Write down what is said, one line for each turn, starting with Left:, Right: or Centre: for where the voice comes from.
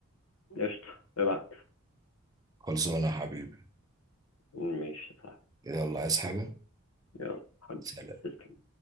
Left: قشطة ابعت
Right: خلصانه يا حبيبي
Left: ماشي صح
Right: يلا عايز حاجه
Left: يلا حبيبي
Right: سلام
Left: تسلم